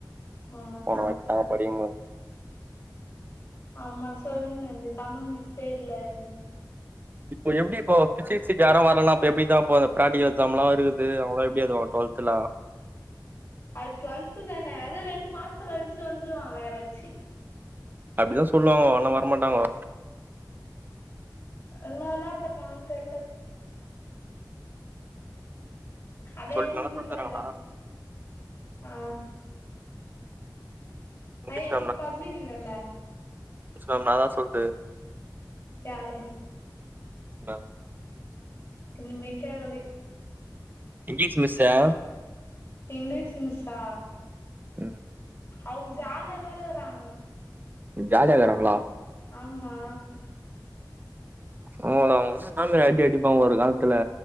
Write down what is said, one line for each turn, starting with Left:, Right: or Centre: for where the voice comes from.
Left: ஆ
Right: போனவாட்டி நாங்க படிக்கும்போ
Left: ஆமா சொல்லின் தமிழ் மிஸ்சே இல்லன்
Right: இப்போ எப்படி இப்போ பிசிக்ஸ்க்கு யாரு வரலனா இப்ப எப்படிதா அந்த பிராக்டிகல் எக்ஸாம்ல்லா வருது அவுங்கல்லா எப்டி எழுதுவாங்க டுவெல்த்லா
Left: அது டுவெல்து தான அது ரெண்டு மாசம் கழிச்சி வந்துருவாங்க யாராச்சி
Right: அப்படிதா சொல்லுவாங்கோ ஆனா வரமாட்டாங்கோ
Left: என்ன என்ன பண்ணுவாங்கன் தெர்ல அதே
Right: சொல்லி
Left: எங்க
Right: நல்லா
Left: வீட்ல
Right: சொல்லி தராங்களா
Left: இல்ல அ
Right: இங்கிலீஷ்
Left: அய் எங்களுக் பப்ளிக் இல்லல்ல
Right: என்னதா சொல்ட்டு
Left: யாரு
Right: <unintelligible>
Left: இனிமேக்கே ஆகலே
Right: இங்கிலீஷ் மிஸ்சா
Left: இங்கிலீஷ் மிஸ்சா
Right: ம்
Left: அவுங் ஜாலிய தா இருக்கறாங்க
Right: ஜாலியா இருக்கறாங்ளா
Left: ஆமா
Right: அவுங்க அவுங் என்ன மாரி அடி அடிப்பாங்க ஒரு காலத்துல